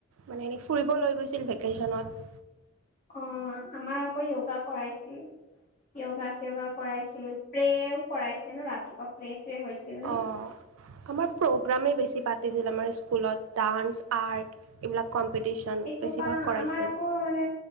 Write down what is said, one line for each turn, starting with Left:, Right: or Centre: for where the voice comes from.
Right: মানে এনেই ফুৰিব লৈ গৈছিল ভেকেশ্বনত।
Left: অ আমাৰ আকৌ য়োগা কৰাইছিল য়োগা চিয়গা কৰাইছিল প্ৰেও কৰাইছে ন ৰাতিপুৱা প্ৰে চ্ৰে হৈছিল। ন?
Right: অ আমাৰ প্ৰগ্ৰোমেই বেছি পাতিছিল আমাৰ স্কুলত ডান্স আৰ্ট এইবিলাক কম্পিটিশ্যন
Left: এসোপা
Right: বেছিভাগ কৰাইছিল।
Left: আমাৰ আকৌ মানে